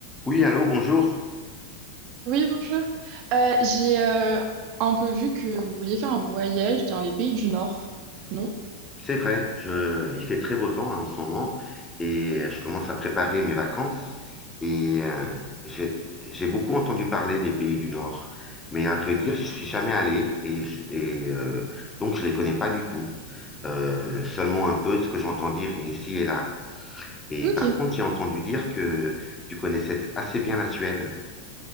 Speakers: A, on the left; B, on the right.
A: Oui, allô, bonjour.
B: Oui, bonjour. Euh, j'ai euh, un peu vu que vous vouliez faire un voyage dans les pays du Nord, non?
A: C'est vrai, je, il fait très beau temps là, en ce moment et euh, je commence à préparer mes vacances et euh, j'ai, j'ai beaucoup entendu parler des pays du Nord, mais à vrai dire, j'y suis jamais allé et, je- et, euh, donc je les connais pas du tout, Euh, seulement un peu de ce que j'entends dire ici et là. Et
B: Ok.
A: par contre, j'ai entendu dire que tu connaissais assez bien la Suède.